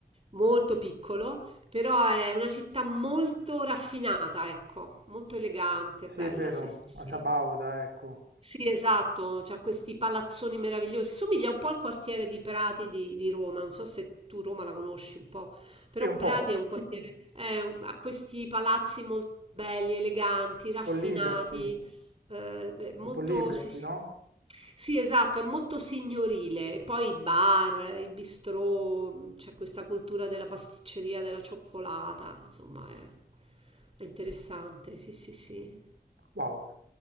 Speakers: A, on the right (about 35°); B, on the right (about 80°).
A: molto piccolo, però è una città molto raffinata, ecco, molto elegante,
B: sì,
A: bella,
B: è vero,
A: sì, sì, sì.
B: a Sabauda, ecco.
A: Sì, esatto, c'ha questi palazzoni meravigliosi. Somiglia un po' al quartiere di Prati di, di Roma. Non so se tu Roma la conosci un po', però
B: Sì, un
A: Prati
B: po', un
A: è un quartiere, è un- ha questi palazzi molto belli, eleganti, raffinati,
B: po' Liberty,
A: eh, è molto,
B: un po' Liberty,
A: sì, sì.
B: no?
A: Sì, esatto, è molto signorile. E poi i bar, i bistrò, c'è questa cultura della pasticceria, della cioccolata, insomma, è, è interessante. Sì, sì, sì.
B: Wow.